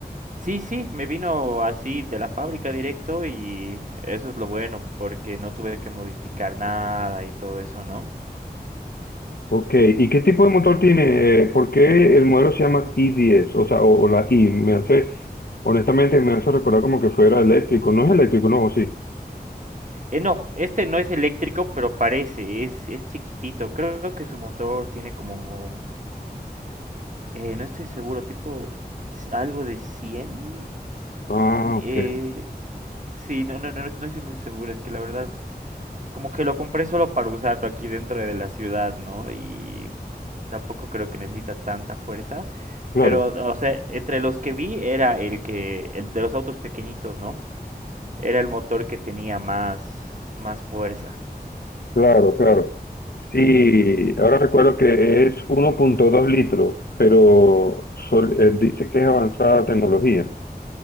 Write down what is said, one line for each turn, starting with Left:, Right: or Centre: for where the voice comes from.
Right: Sí, sí, me vino así de la fábrica directo y eso es lo bueno porque no tuve que modificar nada y todo eso, ¿no?
Left: Ok, ¿y qué tipo de motor tiene? Eh, ¿Por qué el modelo se llama i10? O sea, o, o la i, me hace, honestamente me hace recordar como que fuera eléctrico. No es eléctrico, no, ¿O sí.
Right: Eh, no, este no es eléctrico, pero parece, es, es chiquitito. Creo que su motor tiene como, eh, no estoy seguro, tipo s- algo de 100.
Left: Ah,
Right: Mm,
Left: ok,
Right: eh, sí, no, no, no, no no estoy muy seguro, es que la verdad, como que lo compré solo para usarlo aquí dentro de la ciudad, ¿no? Y tampoco creo que necesita tanta fuerza,
Left: claro.
Right: pero, o sea, entre los que vi era el que, el de los autos pequeñitos, ¿no? Era el motor que tenía más, más fuerza.
Left: Claro, claro. Sí, ahora recuerdo que es 1.2 litros, pero sol- eh, dice que es avanzada tecnología.